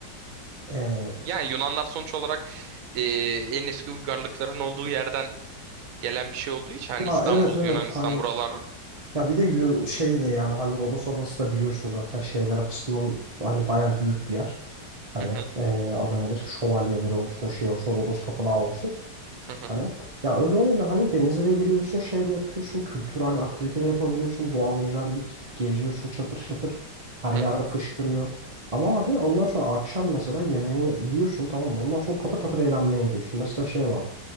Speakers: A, on the right (about 45°); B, on the right (about 60°).
A: Ee,
B: Yani Yunanlar sonuç olarak eee, en eski uygarlıkların olduğu yerden gelen bir şey olduğu için hani
A: ya
B: İstanbul,
A: evet evet
B: Yunanistan
A: hani
B: buralar
A: ya bir de yürü- şey de yani hani Rodos Adası da biliyorsun zaten şeyler açısından hani bayağı büyük bir yer. Hani
B: Hı hı,
A: e, adı nedir? Şövalyeleri olsun, şey olsun, Rodos Tapınağı olsun.
B: hı hı,
A: Hani ya öyle olunca hani denize de giriyorsun, şey de yapıyorsun, kültürel aktivite de yapabiliyorsun, doğal güzellik, geziyorsun çatır çatır, her
B: hı
A: yerde
B: hı.
A: fışkırıyor. Ama abi ondan sonra akşam mesela yemeğini yiyorsun tamam mı? Ondan sonra patır patır eğlenmeye gidiyorsun. Mesela şey var,